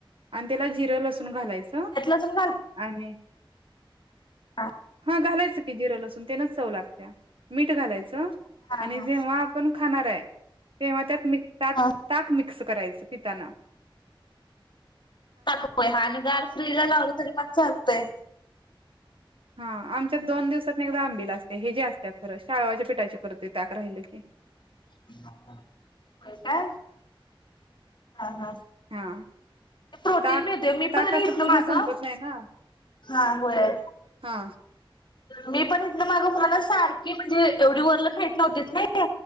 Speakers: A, on the right; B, on the left.
A: आणि त्याला जिरं लसूण घालायचं.
B: त्यात लसूण
A: आणि
B: हा.
A: घालायचं की, जिरं लसूण तेनच चव लागत्या. मीठ घालायचं
B: हा
A: आणि
B: हा
A: जेव्हा आपण खाणार हाय तेव्हा त्यात मीठ ताक,
B: हा
A: ताक मिक्स करायचं ताना.
B: ताक हा आणि रात्रीला गार फ्रिजला लावलं तरी पण चालतय.
A: हा आमच्यात दोन दिवसात एकदा आंबिला असते, हे जे असते खरं शाळवाच्या पिठाचे खरं
B: होय काय हा, हा.
A: हा
B: प्रोटीन
A: ताक
B: मीळत मी
A: ताक
B: पण
A: असं
B: हितन
A: पूर्ण
B: माग
A: संपत नाही ना
B: हा होय.
A: हा
B: मी पण इथन माग कोणाला सारखी म्हणजे एवढी वरलं खाईत नव्हतीत नई.